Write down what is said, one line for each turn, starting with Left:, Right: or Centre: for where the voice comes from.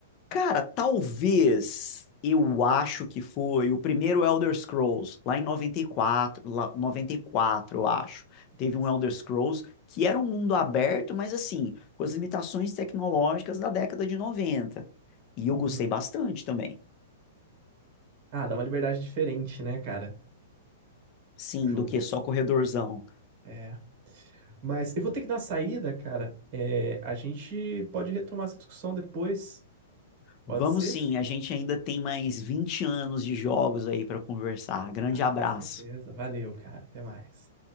Left: Cara, talvez eu acho que foi o primeiro Elder Scrolls, lá em 94, lá, 94 eu acho. Teve
Right: Nossa.
Left: um Elder Scrolls que era um mundo aberto, mas assim, com as limitações tecnológicas da década de noventa E eu
Right: Uhum.
Left: gostei bastante também.
Right: Ah, dá uma liberdade diferente, né, cara?
Left: Sim,
Right: Pro jogo.
Left: do que só corredorzão.
Right: É. Mas eu vou ter que dar uma saída, cara. É, a gente pode retomar essa discussão depois. Pode
Left: Vamos
Right: ser?
Left: sim, a gente ainda tem mais 20 anos de jogos aí para conversar. Grande
Right: Ah,
Left: abraço.
Right: com certeza. Valeu, cara. Até mais.